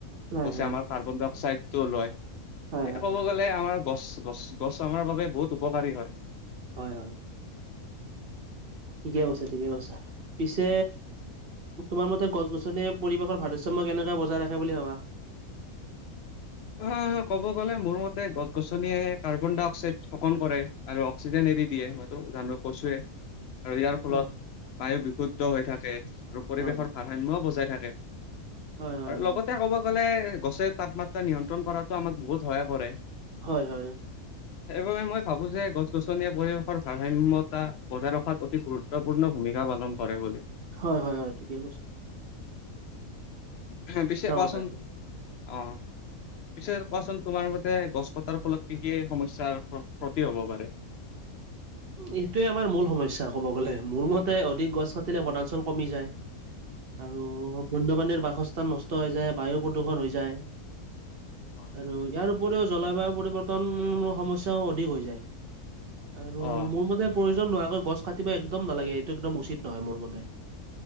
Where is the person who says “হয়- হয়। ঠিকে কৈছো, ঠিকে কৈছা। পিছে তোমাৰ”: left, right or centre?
Right